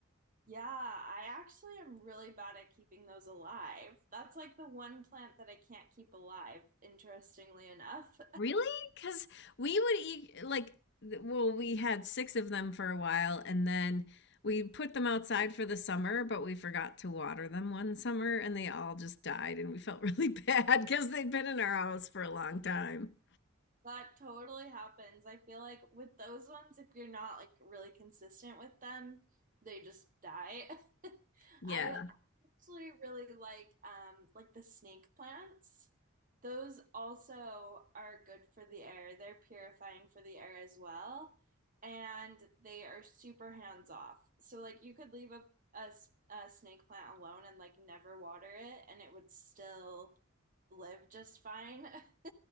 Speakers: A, on the right; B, on the left.
A: Yeah, I actually am really bad at keeping those alive. That's like the one plant that I can't keep alive, interestingly enough.
B: Really? Because we would eat like th- well, we had six of them for a while, and then we put them outside for the summer, but we forgot to water them one summer, and they all just died, and we felt really <laughs> bad because they'd been in our house for a long time.
A: That totally happens. I feel like with those ones, if you're not like really consistent with them, they just die. <laughs>
B: Yeah.
A: I actually really like um like the snake plants. Those also are good for the air. They're purifying for the air as well, and they are super hands off. So like you could leave a, a s- a snake plant alone and like never water it, and it would still live just fine. <laughs>